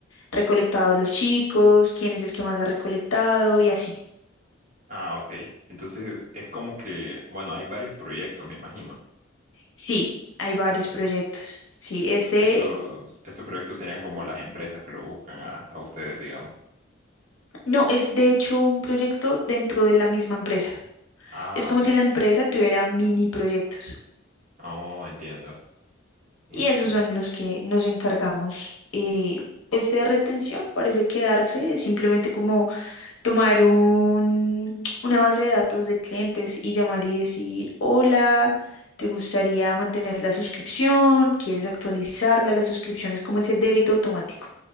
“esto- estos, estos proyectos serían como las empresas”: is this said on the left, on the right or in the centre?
Right